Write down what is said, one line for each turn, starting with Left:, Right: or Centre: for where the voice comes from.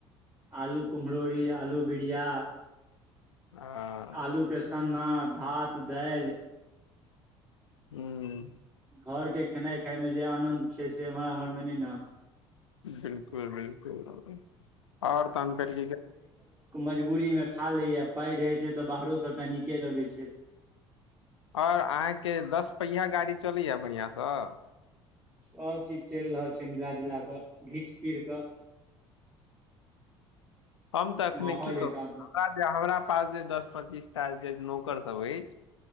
Right: आलू कुम्हरोड़ी, आलू बिड़या।
Left: हँ
Right: आलू के सन्ना। भात, दाएल।
Left: ह्म्म।
Right: घरके खेनाइ खाइमे जे आनन्द छै से एम्हर उम्हरमे नहि ने।
Left: बिलकुल बिलकुल आ ओर तन फेर की
Right: मजबूरीमे खा लिए, पाइ रहै छै तऽ बाहरो सभटा नीके लगै छैय।
Left: और अहाँके दस पहिया गाड़ी चलैए बढ़िआँसँ।
Right: सभ चीज चलि रहल छै मिला जुला कऽ घीच तीर कऽ।
Left: हम ते अखने
Right: माहौल
Left: की
Right: हिसाबसँ
Left: कहु, हमरा <unintelligible> हमरा पास जे दस, पचीसटा जे नौकर सब एछ।